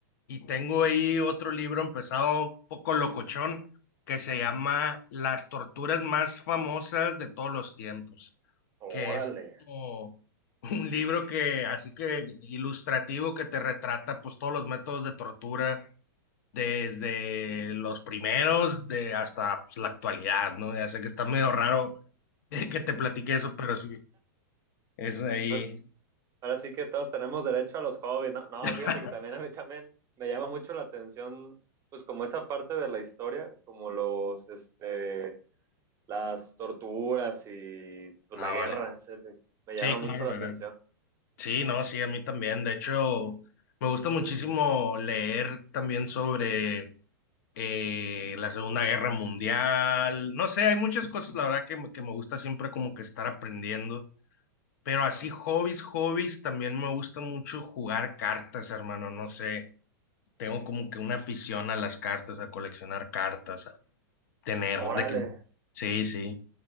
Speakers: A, on the left (about 55°); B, on the right (about 25°).
A: Y tengo ahí otro libro empezado un poco locochón, que se llama Las torturas más famosas de todos los tiempos,
B: Órale.
A: que es como un libro que, así que ilustrativo, que te retrata pues todos los métodos de tortura desde los primeros de hasta pues, la actualidad, ¿no? Ya sé que está medio raro <laughs> eh, que te platique eso, pero sí, es ahí.
B: Pues ahora sí que todos tenemos derecho a los hobbies, ¿no? No,
A: <laughs>
B: fíjate que también a mí también me llama mucho la atención, pues como esa parte de la historia, como los, este, las torturas y pues,
A: Ah,
B: la guerra.
A: vale.
B: ¿sí? Me llama
A: Sí, claro,
B: mucho
A: la
B: la atención.
A: verdad. Sí, no, sí, a mí también. De hecho, me gusta muchísimo leer también sobre eh, la Segunda Guerra Mundial. No sé, hay muchas cosas, la verdad, que, me- que me gusta siempre como que estar aprendiendo. Pero así, hobbies, hobbies, también me gusta mucho jugar cartas, hermano. No sé. tengo como que una afición a las cartas, a coleccionar cartas, a tener
B: Órale,
A: de que... Sí, sí.